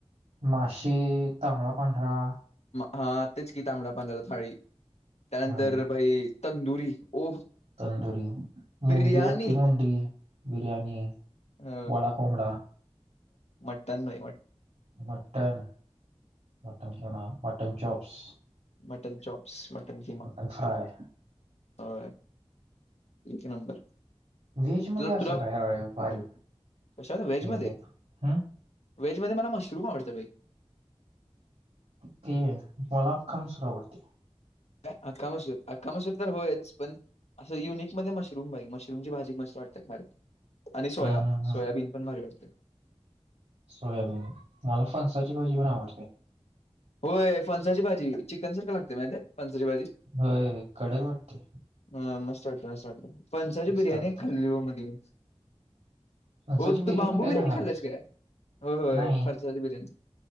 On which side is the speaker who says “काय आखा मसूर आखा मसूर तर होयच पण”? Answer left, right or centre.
Left